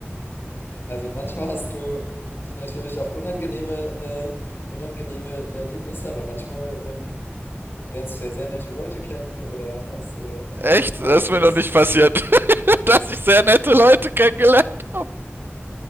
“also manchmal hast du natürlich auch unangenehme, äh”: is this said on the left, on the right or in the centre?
Left